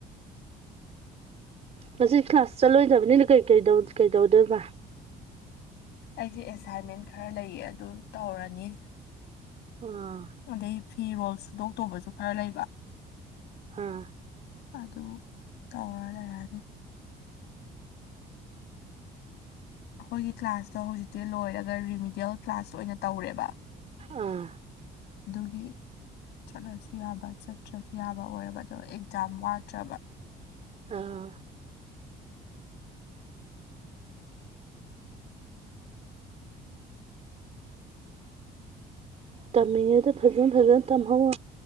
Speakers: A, on the right; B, on the left.
A: ꯉꯁꯤ ꯀ꯭ꯂꯥꯁ ꯆꯠꯂꯣꯏꯗꯕꯅꯤꯅ ꯀꯩ ꯀ ꯀꯩꯗꯧꯗꯣꯏꯔꯤꯕ
B: ꯑꯩꯁꯦ ꯑꯦꯁꯥꯏꯟꯃꯦꯟ ꯈꯔ ꯂꯩꯌꯦ ꯑꯗꯨ ꯇꯧꯔꯅꯤ
A: ꯑꯥ
B: ꯑꯗꯩ ꯐꯤꯔꯣꯜ ꯁꯨꯗꯣꯛꯇꯕꯁꯨ ꯈꯔ ꯂꯩꯕ
A: ꯑꯥ
B: ꯑꯗꯨ ꯇꯧꯔ ꯂꯩꯔꯅꯤ ꯑꯩꯈꯣꯏꯒꯤ ꯀ꯭ꯂꯥꯁꯇꯣ ꯍꯧꯖꯤꯛꯇꯤ ꯂꯣꯏꯔꯒ ꯔꯤꯃꯤꯗꯤꯌꯦꯜ ꯀ꯭ꯂꯥꯁꯇ ꯑꯣꯏꯅ ꯇꯧꯔꯦꯕ
A: ꯑꯥ
B: ꯑꯗꯨꯒꯤ ꯆꯠꯂꯁꯨ ꯌꯥꯕ ꯆꯠꯇ꯭ꯔꯁꯨ ꯌꯥꯕ ꯑꯣꯏꯔꯕꯗꯣ ꯑꯦꯛꯖꯥꯝ ꯋꯥꯠꯇ꯭ꯔꯕ
A: ꯑꯥ ꯇꯝꯦꯗ ꯐꯖꯡ ꯐꯖꯅ ꯇꯝꯍꯧꯣ